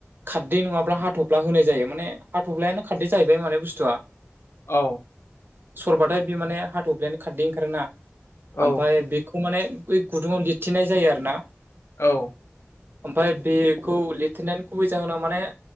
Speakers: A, on the right (about 50°); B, on the left (about 75°).
A: खारदै नङाब्ला हाथ'फ्ला होनाय जायो माने हाथ'फ्लायानो खारदै जाहैबाय माने बुस्थुआ
B: औ
A: सरबाथाय बि माने हाथ'फ्लायानो खारदै ओंखारोना
B: औ
A: ओमफाय बे खौ माने बै गुदुङाव लिरथिनाय जायो आरो ना
B: औ
A: ओमफाय बेखौ लिरथेनायनि गुबै जाहोना माने